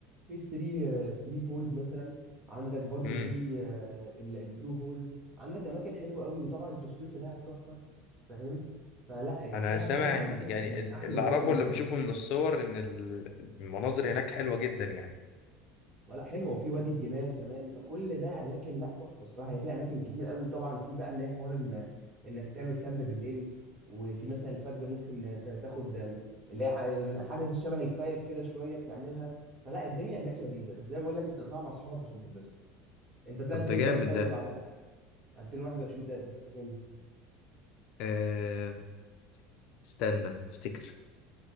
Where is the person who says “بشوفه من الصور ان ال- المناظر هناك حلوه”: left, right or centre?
Left